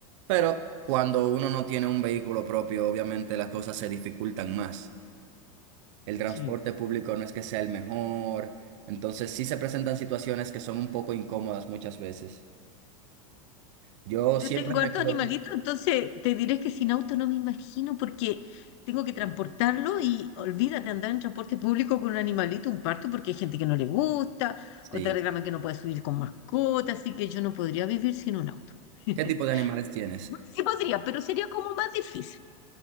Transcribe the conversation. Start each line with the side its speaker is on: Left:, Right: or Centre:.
Right: pero cuando uno no tiene un vehículo propio, obviamente las cosas se dificultan más. El transporte
Left: Sí,
Right: público no es que sea el mejor, entonces sí se presentan situaciones que son un poco incómodas muchas veces. Yo
Left: Yo
Right: siempre
Left: tengo
Right: recuerdo,
Left: hartos animalitos, entonces te diré que sin auto no me imagino porque tengo que transportarlo y olvídate andar en transporte público con un animalito, un parto, porque hay gente que no le gusta,
Right: sí,
Left: o te reclama que no puedes subir con mascota, así que yo no podría vivir sin un auto. <laughs>
Right: ¿qué tipo de animales tienes?
Left: Sí podría, pero sería como más difícil.